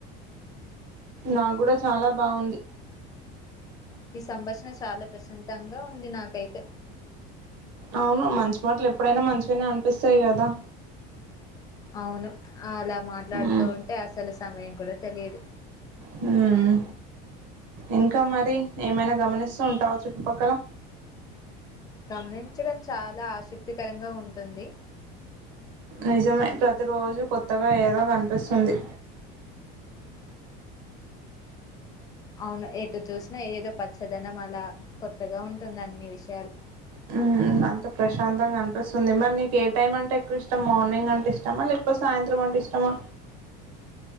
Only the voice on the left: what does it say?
ఈ సంభాషణ చాలా ప్రశాంతంగా ఉంది నాకైతే
అవును అలా మాట్లాడుతూ
ఉంటే అసలు సమయం కూడా తెలియదు
కమని డం చాలా ఆసక్తికరంగా ఉ ఉంటుంది
అవును ఎటు చూసినా ఏదో పచ్చదనం అలా కొత్తగా ఉంటుంది అన్ని విషయాలు